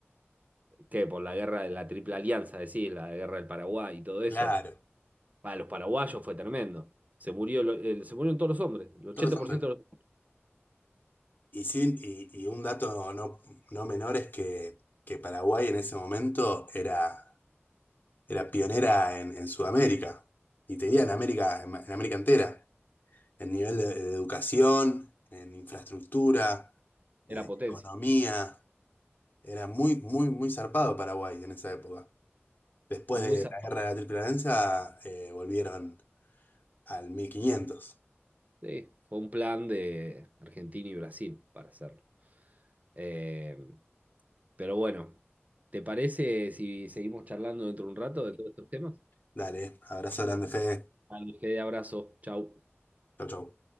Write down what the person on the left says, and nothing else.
Claro.
Todos son
Y sí, y, y un dato no, no menor es que, que Paraguay en ese momento era, era pionera en, en Sudamérica y tenía en América, en, América entera, en nivel de, de educación, en infraestructura, en
economía. Era muy, muy, muy zarpado Paraguay en esa época. Después
de
la guerra de la Triple Alianza, eh, volvieron al mil quinientos
Dale, abrazo grande, Fede.
Chau, chau.